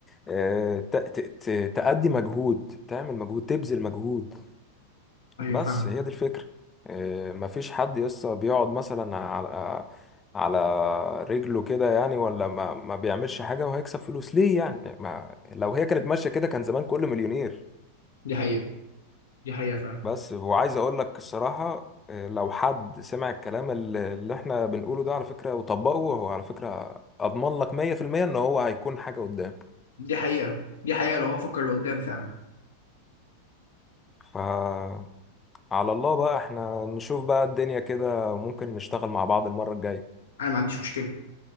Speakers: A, on the left; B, on the left.
A: آه، ت- ت- ت- تأدي مجهود تعمل مجهود تبذل مجهود
B: ايوه
A: بس
B: فاهم
A: هي دي الفكرة إيه، مفيش حد يسطا بيقعد مثلا على على رجله كده يعني ولا ما, ما بيعملش حاجة وهيكسب فلوس ليه يعني ما لو هي كانت ماشية كده كان زمان كله مليونير
B: دي حقيقه دي حقيقه فعلا
A: بس وعايز اقول لك الصراحة إيه، لو حد سمع الكلام اللي اللي احنا بنقوله ده على فكرة وطبقه هو على فكرة اضمن لك 100% ان هو هيكون حاجة قدام
B: دي حقيقه دي حقيقه لو هو فكر لقدام فعلا
A: ف على الله بقى احنا نشوف بقى الدنيا كده ممكن نشتغل مع بعض المرة الجاية
B: انا ما عنديش مشكله